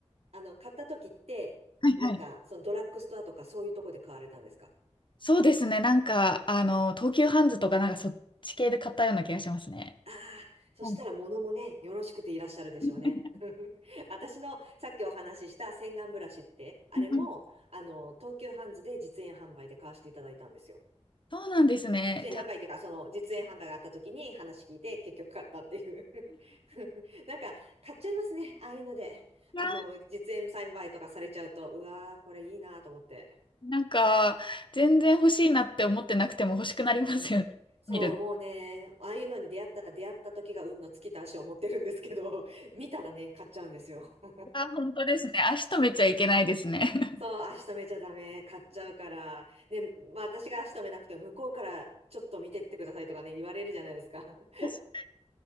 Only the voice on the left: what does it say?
はいはい。
そうですね。なんか、あの、東急ハンズとかなんかそっち系で買ったような気がしますね。
はい
うん
<laughs>
そうなんですね。
じゃあ、
<laughs>
なんか、全然欲しいなって思ってなくても欲しくなりますよね。
<laughs>
見る。
あ、本当ですね。足止めちゃいけないですね。
<laughs>
確